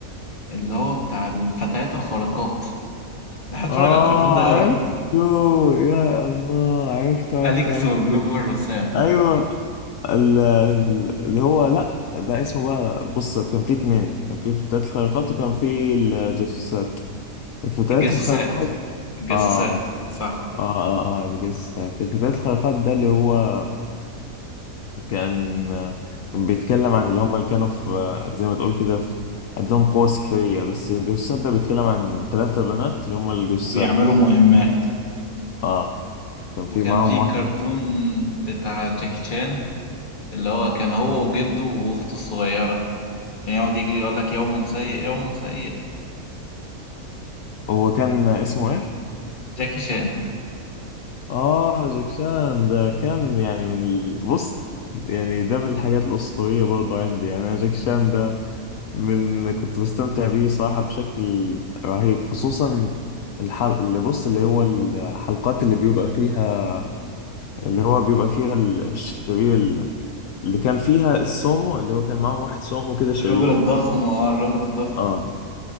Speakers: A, on the left; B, on the left.
A: اللي هو بتاع الفتيات الخارقات كنت هتفرج
B: اه
A: على الكرتون ده
B: عرفته
A: قوي
B: يا الله عرفته عرفته
A: أليكس
B: عرفته
A: وجلوفر وسام
B: ايوه ال- ال- اللي هو لا ده اسمه بقى بص كان في اتنين كان في الفتيات الخارقات وكان في الجاسوسات الفتيات
A: الجاسوسات
B: الخارقات
A: الجاسوسات
B: آه
A: صح
B: آه آه آه يعني بس الفتيات الخارقات ده اللي هو كان كان بيتكلم عن اللي هم اللي كانوا في زي ما تقول كده في عندهم قوة سحرية بس الجثات ده بيتكلم عن ثلاثة بنات اللي هم الجثات
A: وبيعملوا مهمات
B: آه كان
A: وكان
B: في معاهم
A: في
B: واحد
A: كرتون بتاع جاكي شان اللي هو كان هو وجده واخته الصغيرة كان يقعد يجري يقول لك يوم سيء يوم سيء
B: هو كان اسمه إيه؟
A: جاكي شان
B: آه جاكشان ده كان يعني من ال- بص يعني ده من الحاجات الأسطورية برضه عندي يعني أنا جاكشان ده من اللي كنت بستمتع بيه صراحة بشكل رهيب خصوصا الحل اللي بص اللي هو الحلقات اللي بيبقى فيها اللي هو بيبقى فيها ال- الشرير اللي كان فيها السومو اللي هو كان معاهم واحد سومو كده شرير
A: الراجل الضخم اه الراجل الضخم
B: اه